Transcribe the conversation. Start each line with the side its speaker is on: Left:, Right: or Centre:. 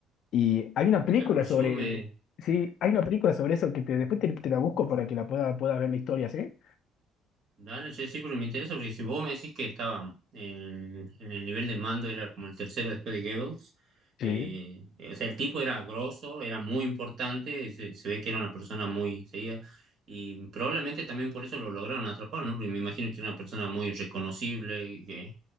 Left: Y hay una película
Right: claro, porque
Left: sobre...
Right: si vos me...
Left: Sí, hay una película sobre eso que te, después te, te la busco para que la pueda, pueda ver la historia, ¿sí?
Right: Dale, che, sí, porque me interesa, porque si vos me decís que estaba en, en el nivel de mando, era como el tercero después de Goebbels,
Left: Sí.
Right: eh, eh, o sea, el tipo era grosso, era muy importante, se, se ve que era una persona muy seguida, y probablemente también por eso lo lograron atrapar, ¿no? Porque me imagino que era una persona muy reconocible, eh,